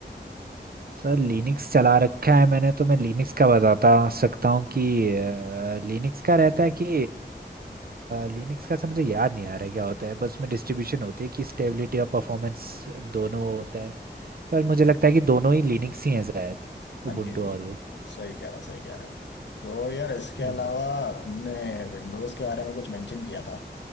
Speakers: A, on the right; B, on the left.
A: सर लिनक्स चला रखा है मैंने तो मैं लिनक्स का बताता सकता हूँ कि लिनक्स का रहता है कि लिनक्स का से मुझे याद नहीं आ रहा है क्या होता है बस उसमें डिस्ट्रीब्यूशन होती है कि स्टेबिलिटी और परफॉर्मेंस दोनों होता है पर मुझे लगता है कि दोनों ही लिनक्स ही हैं शायद उबुंटू
B: हाँ जी हाँ
A: और
B: जी
A: वो
B: सही कह रहे हो सही कह रहे हो तो यार इसके
A: हाँ
B: अलावा तुमने विंडोज के बारे में कुछ मेंशन किया था